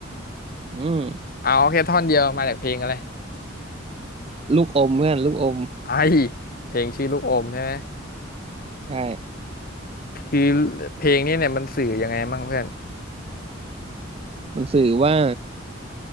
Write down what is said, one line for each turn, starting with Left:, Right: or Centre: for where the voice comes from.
Right: อืม
Left: เอาโอเคท่อนเดียวมาจากเพลงอะไร
Right: ลูกอมเพื่อนลูกอม
Left: ไอเพลงชื่อลูกอมใช่ไหม
Right: ใช่
Left: คือเพลงนี้เนี่ยมันสื่อยังไงมั่งเพื่อน
Right: มันสื่อว่า